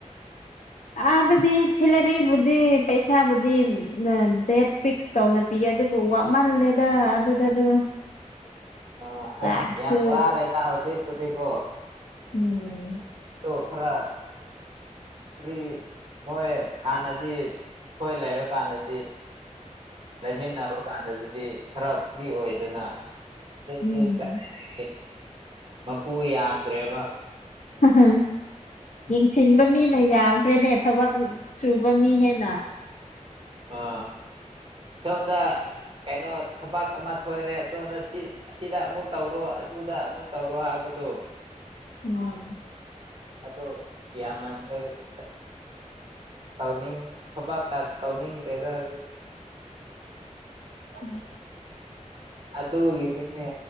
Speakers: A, on the left; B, on the right.
A: ꯑꯥ ꯑꯗꯨꯗꯤ ꯁꯦꯂꯔꯤꯕꯨꯗꯤ ꯄꯩꯁꯥꯕꯨꯗꯤ ꯗꯦꯠ ꯐꯤꯛꯁ ꯇꯧꯅ ꯄꯤ ꯑꯗꯨꯕꯨ ꯋꯥꯃꯜꯂꯦꯗ ꯑꯗꯨꯗ ꯑꯗꯨ
B: ꯑ
A: ꯆꯥꯛꯁꯨ
B: ꯑꯁ ꯌꯥꯝ ꯋꯔꯦꯗꯥ ꯍꯧꯖꯤꯛ ꯄꯨꯗꯤꯀꯣ
A: ꯎꯝ
B: ꯑꯗ‌ꯣ ꯈꯔ ꯐꯔꯤ ꯃꯣꯏ ꯍꯥꯟꯅꯗꯤ ꯑꯩꯈꯣꯏ ꯂꯩꯔꯀꯥꯟꯗꯗꯤ ꯂꯩꯃꯤꯟꯅꯕ ꯀꯥꯟꯗꯗꯤ ꯈꯔ ꯐ꯭ꯔꯤ ꯑꯣꯏꯗꯅ ꯍꯧꯖꯤꯛꯇꯤ
A: ꯎꯝ
B: ꯃꯄꯨ ꯌꯥꯝꯗ꯭ꯔꯦꯕ
A: ꯎꯝ ꯌꯦꯡꯁꯤꯟꯕ ꯃꯤꯅ ꯌꯥꯝꯈ꯭ꯔꯦꯅꯦ ꯊꯕꯛ ꯁꯨꯕ ꯃꯤ ꯍꯦꯟꯅ
B: ꯑ ꯁꯣꯝꯗ ꯀꯩꯅꯣ ꯊꯕꯛ ꯑꯃ ꯁꯣꯏꯔꯦ ꯑꯣꯝꯗ ꯁꯤ ꯑꯁꯤꯗ ꯑꯃꯨꯛ ꯇꯧꯔꯣ ꯑꯗꯨꯗ ꯑꯃꯨꯛ ꯇꯧꯔꯣ ꯍꯥꯏꯕꯗꯣ
A: ꯎꯝ
B: ꯑꯗꯣ ꯌꯥꯝꯃꯟꯂꯣꯏ ꯑꯁ ꯇꯥꯎꯅꯤꯡ ꯊꯕꯛ ꯀ ꯇꯧꯅꯤꯡꯗ‌ꯦꯗ ꯗꯨ
A: ꯎꯝ
B: ꯑꯗꯨꯒꯤꯗꯤꯅꯦ